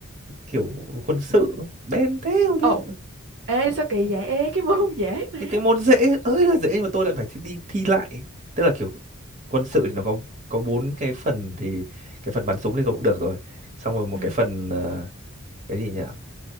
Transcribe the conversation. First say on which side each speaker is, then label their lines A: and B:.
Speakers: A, on the right; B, on the right.
A: kiểu quân sự đen thế không biết
B: ồ ê sao kỳ vậy ê cái môn không dễ mà
A: cái cái môn dễ ơi là dễ nhưng mà tôi lại phải thi, đi thi lại tức là kiểu quân sự thì nó có có bốn cái phần thì cái phần bắn súng thì tôi cũng được rồi xong rồi một
B: ừ
A: cái phần ờ, cái gì nhỉ